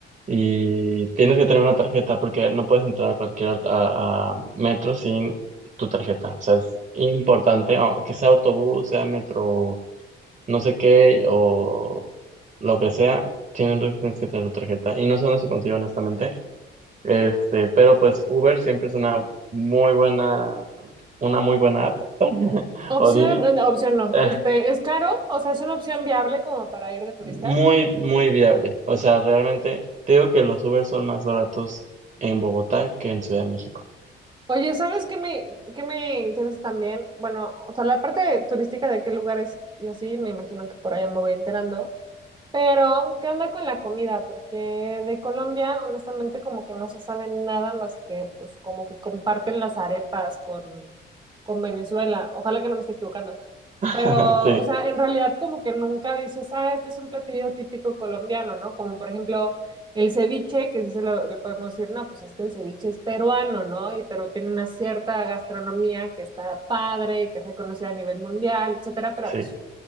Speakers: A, on the right; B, on the right.
A: Y tienes que tener una tarjeta porque no puedes entrar a cualquier a, a metro sin tu tarjeta. O sea, es importante, o que sea autobús, sea metro, no sé qué, o lo que sea, tienes, tienes que tener tu tarjeta. Y no sé dónde se consigue, honestamente. Este, pero pues Uber siempre es una muy buena, una muy buena app, <laughs>
B: Opción,
A: o Didi.
B: eh, no, opción no.
A: <laughs>
B: Este, es caro, o sea, es una opción viable como para ir de turista.
A: Muy, muy viable. O sea, realmente te digo que los Uber son más baratos en Bogotá que en Ciudad de México.
B: Oye, ¿sabes qué me, qué me interesa también? Bueno, o sea, la parte turística de qué lugares y así, me imagino que por allá me voy enterando. Pero, ¿qué onda con la comida? Porque de Colombia, honestamente, como que no se sabe nada más que, pues, como que comparten las arepas con, con Venezuela. Ojalá que no me esté equivocando.
A: <laughs>
B: Pero,
A: Sí,
B: o sea, en realidad como que nunca dices, ah, este es un platillo típico colombiano, ¿no? Como por ejemplo el ceviche, que sí se lo, le podemos decir, no, pues es que el ceviche es peruano, ¿no? Y pero tiene una cierta gastronomía que está padre, que es reconocida a nivel mundial, etcétera, pero
A: sí,
B: pues